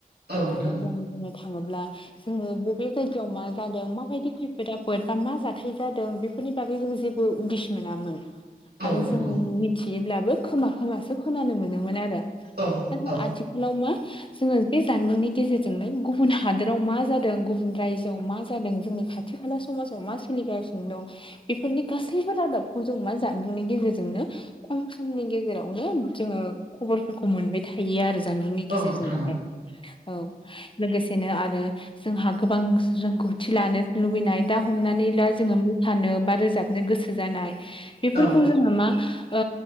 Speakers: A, on the right; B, on the left.
A: औ नोंथां
B: आरो जों बुंनो थाङोब्ला जोंङो बबे जायगायाव मा जादों माबायदि खैफोद आफोद बा मा जाथाय जादों बे बेफोरनि बागै जों जेबो उदिस मोनामोन।
A: औ
B: आरो
A: नोंथां
B: जों मिथियोब्लाबो खोमा खोमासो खोनानो मोनोमोन आरो।
A: औ
B: नाथाय
A: औ
B: आथिखालाव मा जोंङो बे जानबुंनि गेजेरजोंनो गुबुन हादोराव मा जादों गुबुन रायजोआव मा जादों जोंनि खा खाथि खाला समाजाव मा सोलिगासिनो दं बेफोरनि गासैबो रादाबखौ जों मा जानबुंनि गेजेरजोंनो खम समनि गेजेरावनो जोंङो खबरफोरखौ मोनबाय थायो आरो जानबुंनि गेजेरजोंहाय
A: औ नोंथां
B: औ। लोगोसेनो आरो जोंहा गोबां रोंगौथि लानो लुबैनाय दा हमनानै जोंङो मोसानो बा रोजाबनो गोसो जानाय बेफोरखौ
A: औ
B: जोंङो मा। ओ